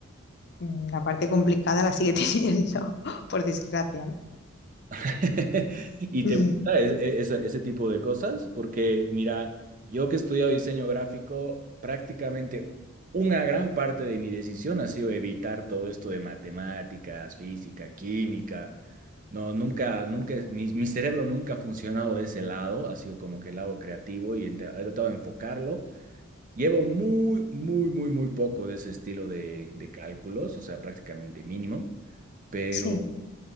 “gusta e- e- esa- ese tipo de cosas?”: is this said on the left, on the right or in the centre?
Right